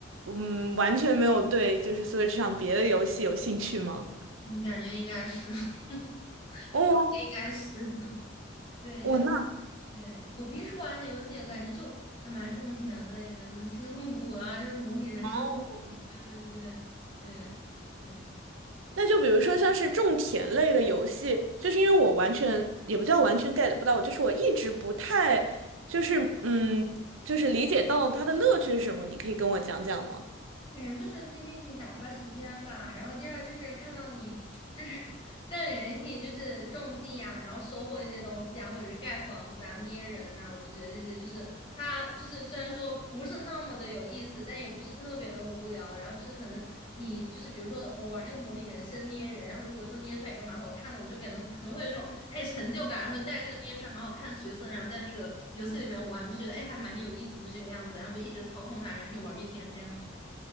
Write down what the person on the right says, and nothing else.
嗯完全没有对就是 Switch 上别的游戏有兴趣吗？
哦，
我那
哦。
那就比如说像是种田类的游戏，就是因为我完全也不叫完全 get 不到，就是我一直不太就是嗯就是理解到它的乐趣是什么，你可以跟我讲讲吗？